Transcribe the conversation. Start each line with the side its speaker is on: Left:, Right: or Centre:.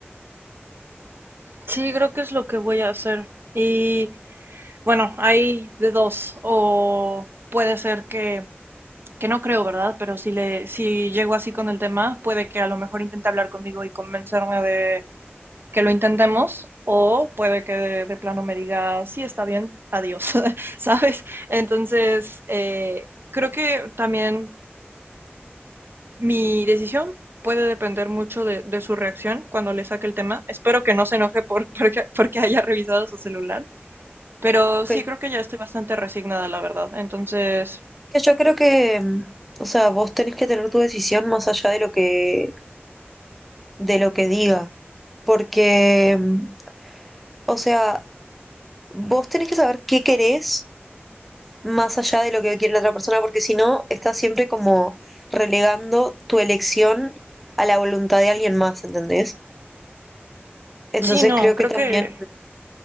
Right: Sí, creo que es lo que voy a hacer. Y bueno, hay de dos. O puede ser que que no creo, ¿verdad? Pero si, le, si llego así con el tema, puede que a lo mejor intente hablar conmigo y convencerme de que lo intentemos, o puede que de, de plano me diga, sí, está bien, adiós, <laughs> ¿sabes? Entonces, eh, creo que también mi decisión puede depender mucho de, de, su reacción cuando le saque el tema. Espero que no se enoje por, <laughs> porque, porque haya revisado su celular, pero sí
Centre: Que,
Right: creo que ya estoy bastante resignada, la verdad. Entonces,
Centre: que yo creo que, mm, o sea, vos tenés que tener tu decisión más allá de lo que, de lo que diga, porque, mm, o sea, vos tenés que saber qué querés más allá de lo que quiere la otra persona, porque si no, estás siempre como relegando tu elección a la voluntad de alguien más, ¿entendés? Entonces
Right: sí, no,
Centre: creo
Right: creo
Centre: que también
Right: que